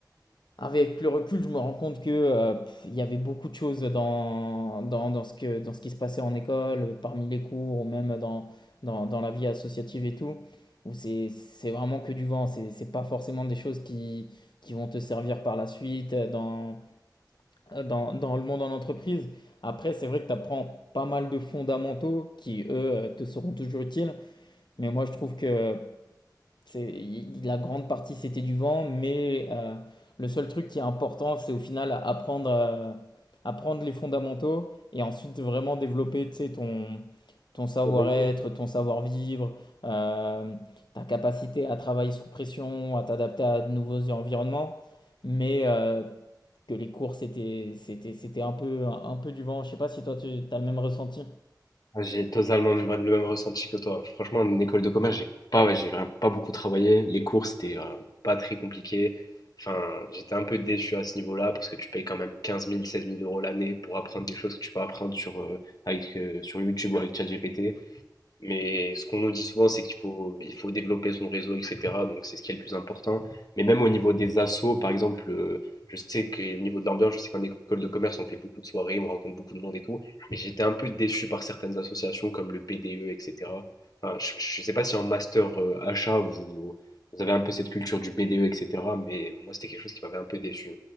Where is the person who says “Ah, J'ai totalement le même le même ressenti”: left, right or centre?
Left